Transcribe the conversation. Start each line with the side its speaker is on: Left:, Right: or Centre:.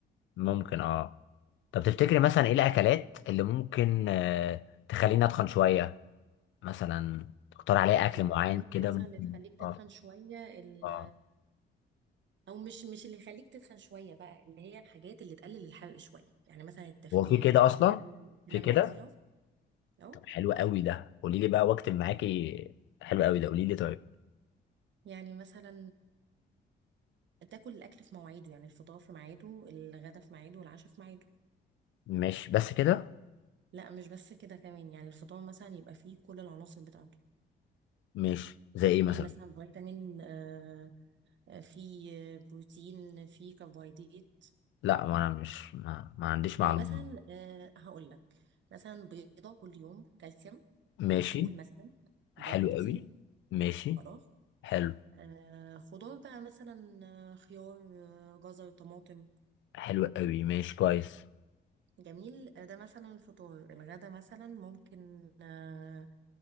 Left: ممكن اه طب تفتكري مثلا ايه الاكلات اللي ممكن آه تخليني اتخن شوية مثلا تختار عليا اكل
Right: الأكلات
Left: معين كده
Right: مثلا
Left: ممكن
Right: اللي تخليك تتخن
Left: اه
Right: شوية ال...
Left: اه
Right: أو مش مش اللي يخليك تتخن شوية بقى اللي هي الحاجات اللي تقلل الحرق شوية يعني مثلا التفكير
Left: هو في كده
Right: إنك
Left: اصلا
Right: تنام تنام
Left: في كده
Right: بدري أو أو
Left: طب حلو قوي ده قولي لي بقى واكتب معاكي حلو قوي ده قولي لي طيب
Right: يعني مثلا آه، تاكل الأكل في مواعيده يعني الفطار في ميعاده الغدا في ميعاده والعشاء في ميعاده
Left: ماشي بس كده
Right: لا مش بس كده كمان يعني الفطار مثلا يبقى فيه كل العناصر بتاعته
Left: ماشي زي ايه مثلا
Right: في مثلا فيتامين آه، آه، في آه، بروتين في كربوهيدرات
Left: لا ما انا مش ما, ما عنديش
Right: يعني
Left: معلومة
Right: مثلا آه، هقول لك مثلا بيضة كل يوم كالسيوم
Left: ماشي
Right: آه، فول مثلا ده
Left: حلو
Right: بروتين
Left: قوي ماشي
Right: خلاص
Left: حلو
Right: آه، خضار بقى مثلا آه، خيار آه، جزر طماطم
Left: حلو قوي ماشي كويس
Right: جميل آه، ده مثلا الفطار الغدا مثلا ممكن آه،